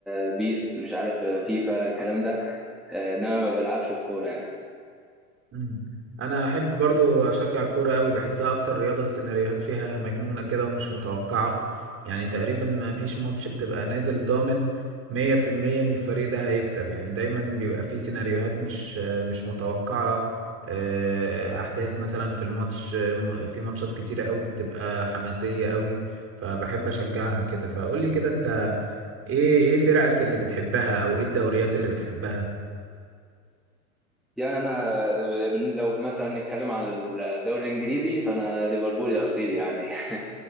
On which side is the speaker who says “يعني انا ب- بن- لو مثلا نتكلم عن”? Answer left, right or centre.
Centre